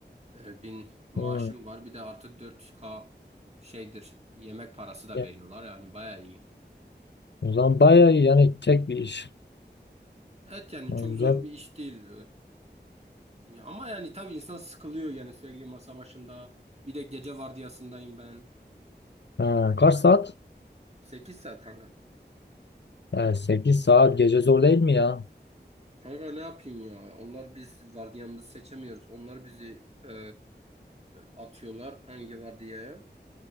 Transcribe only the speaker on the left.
Hmm.
e,
O zaman bayağı iyi, yani tek bir iş.
Ha,
Güzel.
Ha, kaç saat?
Ha, 8 saat gece zor değil mi ya?